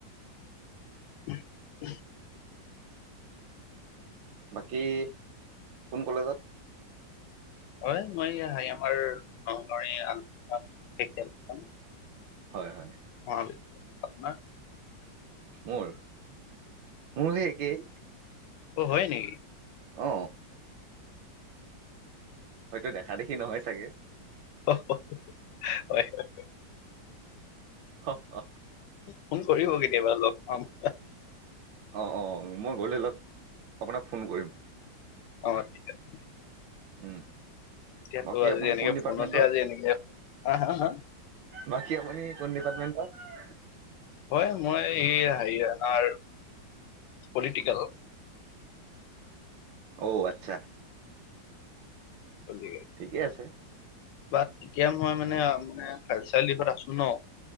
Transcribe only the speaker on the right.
বাকী কোন কলেজত।
হয় হয়।
মোৰ মোৰ সেই একেই।
অ হয়তো দেখা দেখি নহয় চাগে।
হ হ হ।
অ অ মই গলে লপ আপোনাক ফোন কৰিম।
উম,
বাকী
আপুনি
কোন ডিপাৰ্টমেন্টৰ?
বাকি আপুনি কোন ডিপাৰ্টমেণ্টত।
ঔ আচ্ছা।
ঠিকেই আছে।